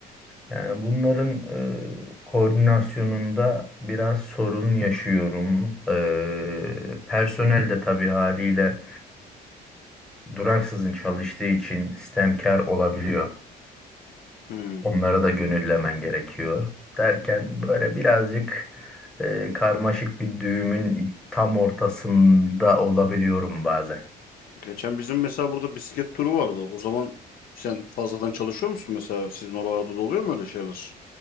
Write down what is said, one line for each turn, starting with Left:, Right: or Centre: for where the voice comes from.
Centre: Yani bunların e, koordinasyonunda biraz sorun yaşıyorum. Ee, personel de tabii haliyle duraksızın çalıştığı için sistemkar olabiliyor.
Left: Hı.
Centre: Onları da gönüllemen gerekiyor. Derken böyle birazcık e, karmaşık bir düğümün tam ortasında olabiliyorum bazen.
Left: Geçen bizim mesela burada bisiklet turu vardı. O zaman sen fazladan çalışıyor musun mesela? Sizin oralarda da oluyor mu öyle şeyler?